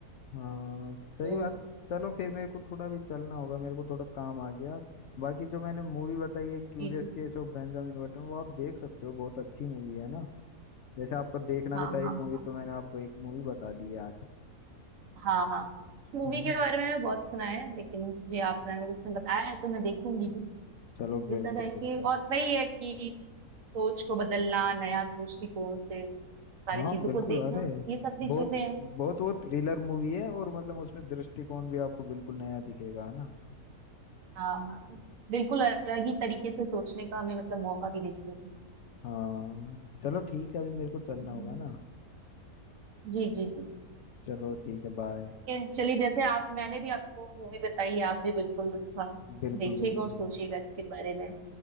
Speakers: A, on the left; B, on the right.
A: हाँ सही
B: हम्म,
A: बात चलो फिर मेरे को थोड़ा भी चलना होगा मेरे को थोड़ा काम आ गया बाकी जो मैंने मूवी बताई है curious
B: जी जी
A: case of Benjamin Button वो आप देख सकते हो बहुत अच्छी मूवी है ना जैसे आपका देखना
B: हाँ
A: भी था
B: हाँ
A: एक मूवी
B: हाँ
A: तो मैंने आपको एक मूवी बता दी है आज
B: हाँ हाँ इस मूवी
A: है
B: के
A: ना
B: बारे में मैंने बहुत सुना है लेकिन जी आपने मुझे इसमें बताया है तो मैं देखूंगी भी
A: चलो बिल्कुल
B: ये सब है कि
A: बिल्कुल
B: और वही है कि सोच को बदलना नया दृष्टिकोण से सारी
A: हाँ
B: चीजों
A: बिल्कुल
B: को देखना
A: अरे
B: ये सब भी
A: बहुत
B: चीजें हैं
A: बहुत वो थ्रिलर मूवी है और मतलब उसमें दृष्टिकोण भी आपको बिल्कुल नया दिखेगा है ना
B: हाँ हाँ बिल्कुल अलग ही तरीके से सोचने का हमें मतलब मौका भी देती है
A: हाँ चलो ठीक है अभी मेरे को चलना
B: हम्म।
A: होगा ना
B: जी जी जी ठीक
A: चलो ठीक है बाय
B: है चलिए जैसे आप मैंने भी आपको मूवी बताई आप भी बिल्कुल उसका
A: बिल्कुल
B: देखिएगा
A: बिल्कुल
B: और सोचिएगा इसके बारे में